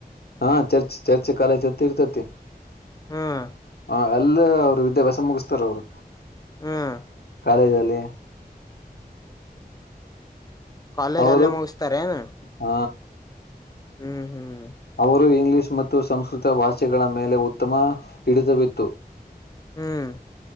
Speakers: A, on the left; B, on the left.
A: ಹಾ ಚರ್ಚ್ ಚರ್ಚ್ ಕಾಲೇಜತ್ತ್ ಇರ್ತೈತಿ.
B: ಹ್ಮ್
A: ಹ ಅಲ್ಲೇ ಅವ್ರು ವಿದ್ಯಾಭ್ಯಾಸ ಮುಗಿಸ್ತಾರವ್ರು.
B: ಹ್ಮ್
A: ಕಾಲೇಜಲ್ಲಿ.
B: ಕಾಲೇಜ್
A: ಅವರು
B: ಅಲ್ಲೇ ಮುಗಿಸ್ತಾರೇನು?
A: ಹ
B: ಹ್ಮ್ ಹ್ಮ್
A: ಅವ್ರು ಇ ಇಂಗ್ಲಿಷ್ ಮತ್ತು ಸಂಸ್ಕೃತ ಭಾಷೆಗಳ ಮೇಲೆ ಉತ್ತಮ ಹಿಡಿತುವಿತ್ತು.
B: ಹ್ಮ್